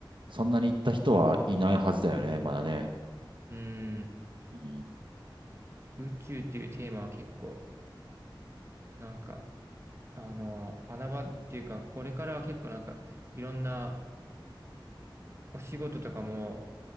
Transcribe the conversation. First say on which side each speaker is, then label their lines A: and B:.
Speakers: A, on the right (about 75°); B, on the right (about 35°).
A: そんなに行った人はいないはずだよね、まだね。
B: うーん、
A: うん、
B: 宇宙っていうテーマは結構、なんか、あの、穴場っていうか、これからは結構なんか、いろんなお仕事とかも、